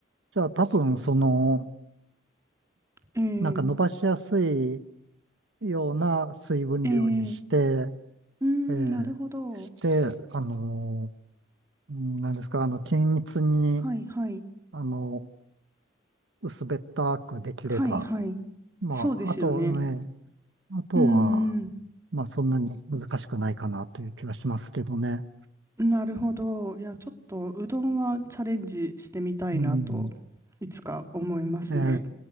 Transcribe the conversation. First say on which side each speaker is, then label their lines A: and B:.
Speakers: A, on the right; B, on the right.
A: じゃあ多分、その、
B: ええ
A: なんか伸ばしやすいような水分量にして、
B: ええうーん、
A: ええ
B: なるほど。
A: で、あのー、うんなんですか、あの、均一に、
B: はいはい。
A: あの、薄べったくできれば、
B: はいはい。
A: まあ、
B: そうですよね。
A: あとね、あとは、
B: うーん。
A: まあ、そんなに難しくないかなという気はしますけどね。
B: なるほど。いや、ちょっとうどんはチャレンジしてみたいなと、
A: うん。
B: いつか思いますね。
A: ええ